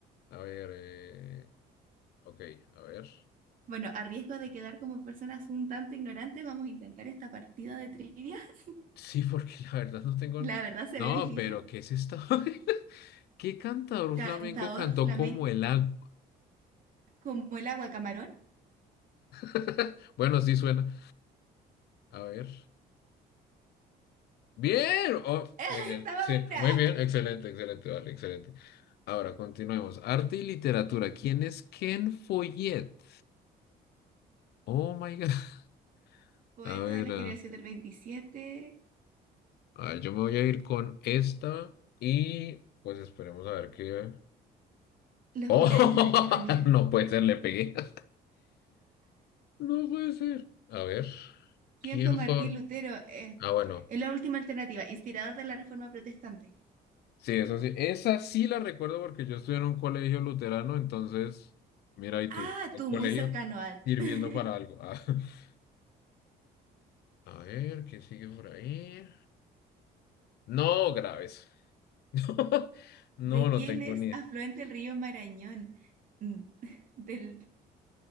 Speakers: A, on the left; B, on the right.
A: A ver, eh... ok, a ver.
B: Bueno, a riesgo de quedar como personas un tanto ignorantes, vamos a intentar esta partida de trivia. <laughs>
A: Sí, porque la verdad no tengo...
B: La verdad se
A: No,
B: ve difícil.
A: pero ¿qué es esto? <laughs> ¿Qué cantador
B: Cantador
A: flamenco cantó
B: flamenco
A: como el agua?
B: como el agua camarón.
A: <laughs> Bueno, sí suena. A ver. Bien, oh,
B: <laughs>
A: muy bien,
B: Estaba
A: sí,
B: buena.
A: muy bien, excelente, excelente, vale, excelente. Ahora continuemos. Arte y literatura. ¿Quién es Ken Follett? Oh my God. <laughs>
B: Poeta
A: A ver,
B: de la
A: ah,
B: generación del veintisiete
A: ah, yo me voy a ir con esta y pues esperemos a ver qué.
B: Los
A: Oh,
B: pilares de la tierra, mira.
A: <laughs> no puede ser, le pegué. <laughs> No puede ser. A ver,
B: ¿Quién
A: ¿quién
B: fue Martín
A: fue?
B: Lutero? Eh,
A: Ah, bueno.
B: es la última alternativa, inspirador de la Reforma Protestante.
A: Sí, eso sí. Esa sí la recuerdo porque yo estudié en un colegio luterano, entonces, mira, y
B: Ah,
A: tú, el
B: tú,
A: colegio
B: muy cercano a...
A: sirviendo
B: <laughs>
A: para algo. Ah, <laughs> A ver, ¿qué sigue por ahí? No, graves. <laughs> No,
B: ¿De quién
A: no tengo
B: es
A: ni.
B: afluente el río Marañón? Mm, <laughs> Del